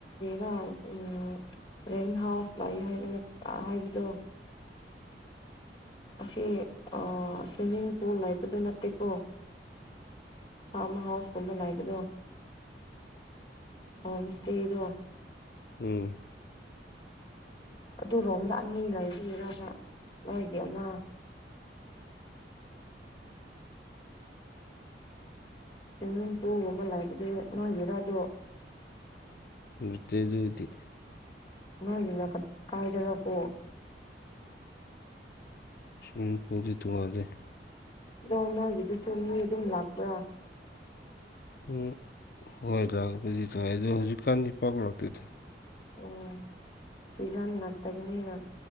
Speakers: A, on the left; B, on the left.
A: ꯔꯥ ꯎ ꯔꯦꯟ ꯍꯥꯎꯁ ꯂꯥꯛꯑꯦ ꯍꯥꯏꯒꯅ ꯍꯥꯏꯕꯗꯣ ꯑꯁꯤ ꯁ꯭ꯋꯤꯃꯤꯡ ꯄꯨꯜ ꯍꯥꯏꯕꯗꯨ ꯅꯠꯇꯦꯀꯣ ꯐꯥꯔꯝ ꯍꯥꯎꯁꯀꯨꯝꯕ ꯂꯩꯕꯗꯣ ꯍꯣꯝ ꯏꯁꯇꯦꯗꯣ
B: ꯎꯝ
A: ꯑꯗꯨꯔꯣꯝꯗ ꯑꯅꯤ ꯂꯩꯔꯔꯒ ꯅꯣꯏꯒꯤ ꯑꯃ ꯁ꯭ꯋꯤꯝꯃꯤꯡ ꯄꯨꯜꯒꯨꯝꯕ ꯂꯩꯕꯗꯨ ꯅꯣꯏꯒꯤꯔꯥꯗꯣ
B: ꯠꯇꯦꯖꯗꯤ
A: ꯅꯣꯏꯒꯤꯅ ꯈ ꯀꯥꯏꯗꯔꯀꯣ
B: ꯎꯝ ꯎ ꯀꯗꯤ ꯇꯅꯨꯡꯉꯥꯏꯖꯦ
A: ꯅ ꯅꯣꯏꯒꯤꯗꯨꯁꯨ ꯃꯤ ꯑꯗꯨꯝ ꯂꯥꯛꯄ꯭ꯔꯥ
B: ꯎꯝ ꯍꯣꯏ ꯂꯥꯛꯄꯗꯤ ꯊꯥꯏꯥꯏ ꯑꯗꯣ ꯍꯧꯖꯤꯛꯀꯥꯟꯗꯤ ꯄꯥꯛ ꯂꯥꯛꯇꯦꯗꯥꯏ
A: ꯑꯣ ꯁꯤꯖꯟ ꯅꯠꯇꯕꯅꯤꯅ